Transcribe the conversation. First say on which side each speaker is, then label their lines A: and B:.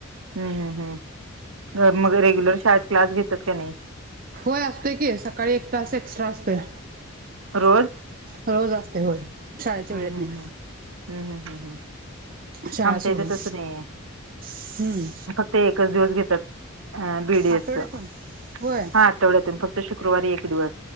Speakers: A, on the right; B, on the right.
A: हम्म हम्म हम्म, मग रेग्युलर शाळेत क्लास घेत्यात का नाही‌.
B: होय असतोय की सकाळी एक तास एक्सट्रा असतोय.
A: रोज.
B: रोज असते होय शाळेच्या
A: हम्म
B: वेळेत
A: हम्म
B: नाही.
A: हम्म हम्म हम् हम् हम्,
B: शाळा
A: आमच्या
B: सोडून
A: इथे तस नाहीये
B: हम्म
A: फक् क्त एकच दिवस घेतात, हा बीडीएस
B: आठवड्यातून
A: च हा.
B: होय
A: आठवड्यातून फक्त शुक्रवारी एक दिवस